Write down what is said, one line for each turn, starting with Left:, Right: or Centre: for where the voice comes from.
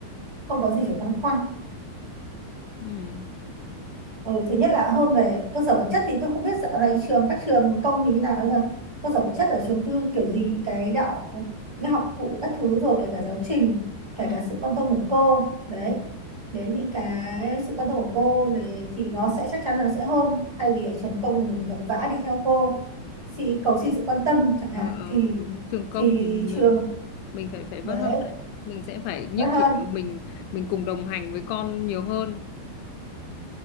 Right: không có gì
Left: ừ.
Right: phải băn khoăn
Left: Ừ.
Right: ừ, thứ nhất là hơn về cơ sở vật chất thì tôi không biết dạo này trường các trường công thì như nào nhưng mà cơ sở vật chất ở trường tư kiểu gì cái đạo cái học cụ các thứ rồi kể cả giáo trình kể
Left: Ừ.
Right: cả sự quan tâm của cô đấy đến những cái sự quan tâm của cô để, thì nó sẽ chắc chắn là nó sẽ hơn thay vì ở trường công thì mình vật vã đi theo cô xin, cầu xin sự quan tâm chẳng hạn
Left: Ờ, ờ,
Right: thì
Left: đúng trường công
Right: thì
Left: thì mình,
Right: trường
Left: mình phải phải
Right: đấy
Left: vất hơn đấy mình sẽ phải như
Right: vẫn hơn
Left: kiểu là mình mình cùng đồng hành với con nhiều hơn